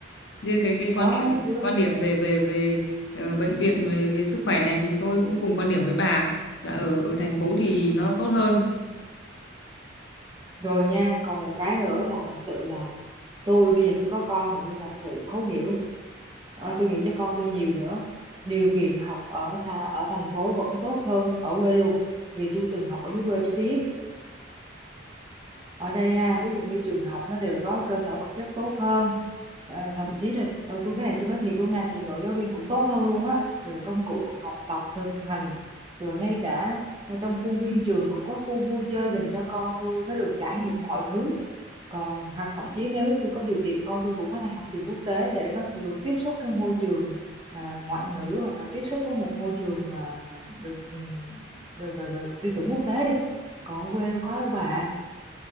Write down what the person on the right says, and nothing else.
đó
thấy chưa
rồi nha còn một cái nữa là thật sự là tôi bây giờ tôi có con rồi tôi thật sự thấu hiểu Ờ, tôi nghĩ cho con tôi nhiều nữa điều kiện học ở xa ở thành phố vẫn tốt hơn ở quê luôn vì tôi từng học ở dưới quê tôi biết ở đây ha ví dụ như trường học nó đều có cơ sở vật chất tốt hơn Ờ, thậm chí là tôi, tôi cái này tôi nói thiệt luôn nha trình độ giáo viên cũng tốt hơn luôn á rồi công cụ học tập thực hành rồi ngay cả trong khuôn viên trường cũng có khu vui chơi dành cho con tôi nó được trải nghiệm mọi thứ còn hoặc thậm chí nếu tôi có điều kiện con tôi cũng có thể học trường quốc tế để nó được tiếp xúc cái môi trường à, ngoại ngữ hoặc là tiếp xúc với một môi trường mà mà được ừ, về về về tiêu chuẩn quốc tế đi còn ở quê đâu có đâu bà